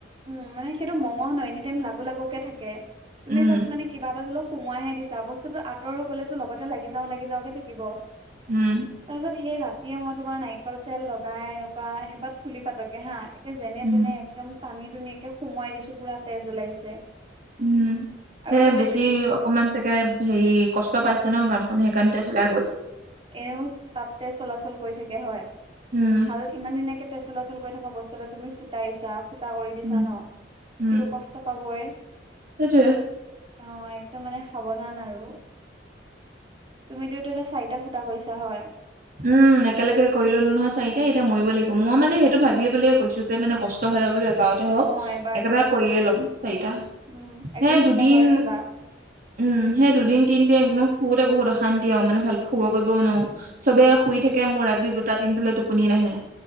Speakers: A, on the right; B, on the right.
A: উম, মানে সেইটো মঙহ ন, এনি টাইম লাগু, লাগুকে থাকে। তুমি
B: উম
A: জাষ্ট মানে কিবা এটা ধৰিলোৱা সোমোৱাই হে দিছা, বস্তুতো আঁতৰ হৈ গলেটো লগতে লাগি যাওঁ, লাগি যাওঁকে থাকিব।
B: উম
A: তাৰপিছত সেই ৰাতিয়ে মই তোমাৰ নাৰিকল তেল লগাই, এনেকুৱা সেইপাত ফুলি পাতকে হা, একে যেনে-তেনে
B: উম
A: একদম টানি-টুনি একে সুমোৱাই দিছোঁ পুৰা তেজ ওলাইছে।
B: উম।
A: আৰু
B: এ
A: তাত
B: বেছি,
A: এদিন
B: অকমান চাগে হেৰি, কষ্ট পাইছে ন' কানখন সেইকাৰণতে ওলাই গ'ল।
A: এনেইও তাত তেজ চলাচল কৰি থাকে হয়?
B: উম
A: ভাল ইমান ধুনীয়াকে তেজ চলাচল কৰি থকা, বস্তু এটা তুমি ফুটাইছা। ফুটা কৰি দিছা
B: উম
A: ন'
B: উম,
A: সিটো কষ্ট পাবই।
B: সেইটোয়ে
A: অহ, একদম মানে সাৱধান আৰু তুমিতো এতিয়া চাৰিটা ফুটা কৰিছা হয়।
B: উম, একেলগে কৰি ললো নহয় চাৰিটা, এতিয়া মৰিব লাগিব।
A: উম।
B: মই মানে সেইটো ভাবি এই বুলিয়ে কৈছোঁ যে, মানে কষ্ট হ'লে বুলি বাৰতে হওঁক,
A: অ এবাৰতে
B: একেবাৰে
A: হক
B: কৰিয়ে ল'ম চাৰিটা।
A: উম একদম
B: সেই দুদিন
A: চিধা হৈ শুবা
B: উম, সেই দুদিন তিনদিন
A: উম
B: একদম শুওতে বহুত অশান্তি আৰু মানে ভালকে শুব কৰিবওঁ নোৱাৰোঁ। চবে শুই থাকে মোৰ ৰাতি দুটা তিনিটালৈ টোপনি নাহে